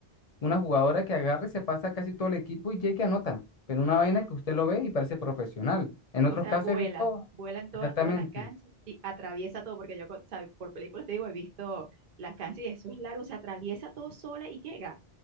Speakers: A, on the left; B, on the right.
A: una jugadora que agarre, se pasa casi todo el equipo y llega y anota, pero
B: <gasps>
A: una vaina que usted lo ve y parece profesional. En
B: O
A: otros
B: sea,
A: casos
B: vuela,
A: he visto,
B: vuela en toda,
A: exactamente.
B: toda la cancha y atraviesa todo, porque yo, con- o sea, por películas te digo, he visto las canchas y eso es largo, se atraviesa todo sola y llega.